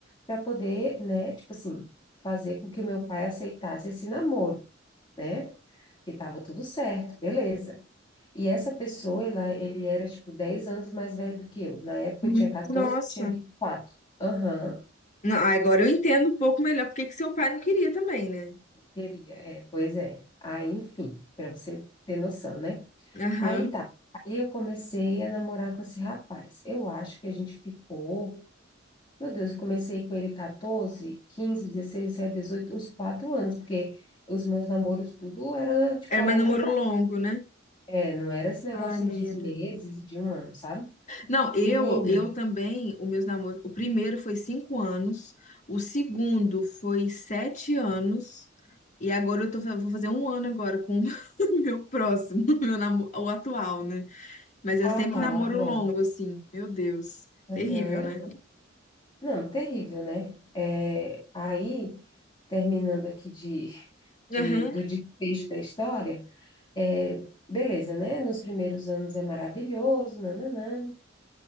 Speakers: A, on the left (about 25°); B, on the left (about 40°).
A: para poder, né, tipo assim, fazer com que o meu pai aceitasse esse namoro, né? Que tava tudo certo, beleza. E essa pessoa, ela, ele era, tipo, 10 anos mais velho do que eu. Na época
B: Hum,
A: eu tinha 14,
B: Nossa.
A: ele tinha 24. Aham,
B: Não, agora eu entendo um pouco melhor porque que seu pai não queria também, né?
A: queria. É, pois é. Aí, enfim, para você ter noção, né?
B: Aham.
A: Aí tá. Aí eu comecei a namorar com esse rapaz. Eu acho que a gente ficou. Meu Deus, eu comecei com ele 14, 15, 16, 17, 18, uns 4 anos, porque os meus namoros tudo era, tipo,
B: Era
A: a longo
B: mais namoro
A: prazo.
B: longo, né?
A: É, não era esse negócio
B: Ai, menina.
A: de meses, de um ano, sabe?
B: Não, eu
A: Menina.
B: eu também, o meus namoros, o primeiro foi cinco anos, o segundo foi sete anos, e agora eu tô, fa- vou fazer um ano agora com <laughs> o meu próximo, <laughs> meu namoro, o atual, né? Mas é
A: Ah,
B: sempre
A: tá,
B: namoro
A: o atual.
B: longo, assim, meu Deus,
A: Aham.
B: terrível, né?
A: Não, terrível, né? É, aí, terminando aqui de, de-
B: Aham.
A: do desfecho da história, é, beleza, né? Nos primeiros anos é maravilhoso, nananã,